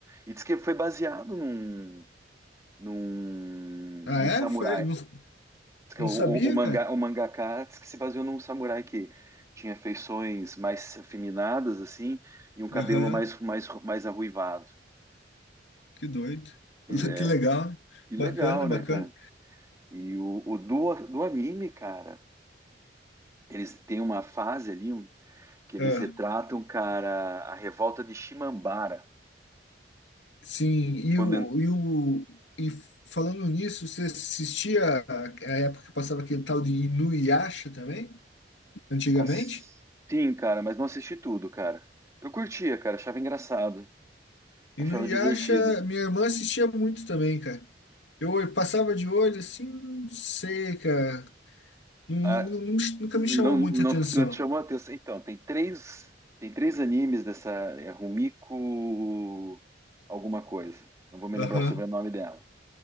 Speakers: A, on the right; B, on the left.
A: E diz que foi baseado num, num,
B: Ah,
A: num
B: é?
A: samurai.
B: Foi? Não,
A: Diz que
B: não
A: é O, o,
B: sabia,
A: o mangá,
B: cara?
A: o mangaka diz que se baseou num samurai que tinha feições mais afeminadas, assim, e um cabelo
B: Aham,
A: mais, mais, mais arruivado.
B: que doido.
A: Que,
B: <laughs>
A: é,
B: Que legal.
A: que legal,
B: Bacana, bacana.
A: né, cara? E o, o do, do anime, cara, eles têm uma fase ali um, que eles
B: Ah,
A: retratam, cara, a revolta de Shimambara.
B: sim, e
A: Quando,
B: o,
A: en-
B: e o e falando nisso, você assistia a, a época que passava aquele tal de Inuyasha também, antigamente?
A: as- sim, cara, mas não assisti tudo, cara. Eu curtia, cara, achava engraçado,
B: Inuyasha,
A: achava divertido.
B: minha irmã assistia muito também, cara. Eu olh- passava de olho assim, não sei, cara. Não, não-
A: A-
B: não- nunca
A: Não,
B: me chamou muita
A: não,
B: atenção.
A: te- não te chamou a atenção. Então, tem três, tem três animes dessa é Rumiko alguma coisa. Não vou me
B: Aham,
A: lembrar o sobrenome dela.